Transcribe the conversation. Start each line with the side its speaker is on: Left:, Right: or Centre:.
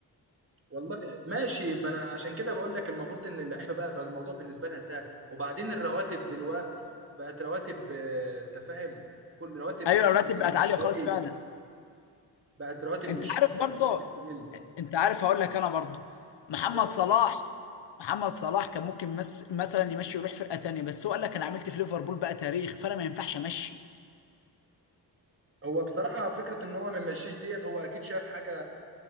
Right: والله آه، ماشي ما انا عشان كده بقول لك المفروض ان اللعيبه بقى, بقى الموضوع بالنسبه لها سهل وبعدين الرواتب دلوقتي بقت رواتب آه، انت فاهم كل رواتب
Left: ايوه
Right: يعني
Left: الراتب بقت
Right: مش
Left: عاليه
Right: شويه
Left: وخلاص فعلا
Right: بقت رواتب
Left: انت
Right: مش
Left: عارف برضو
Right: بقت رواتب تقل
Left: انت عارف هقول لك انا برضو محمد
Right: آه،
Left: صلاح محمد صلاح كان ممكن مس... مثلا يمشي يروح فرقه تانيه بس هو قال لك انا عملت في ليفربول بقى تاريخ فانا ما ينفعش امشي
Right: هو بصراحه فكره ان هو ما يمشيش ديت هو اكيد شاف حاجه